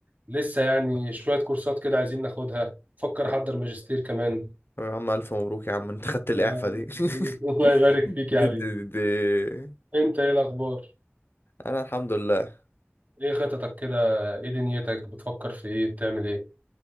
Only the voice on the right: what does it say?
لسه يعني شوية كورسات كده عايزين ناخدها فكر
احضر ماجستير كمان
آه، <laughs>
الله يبارك فيك يا
حبيبي
انت ايه الاخبار
ايه خططك كده ايه دنيتك بتفكر في ايه بتعمل ايه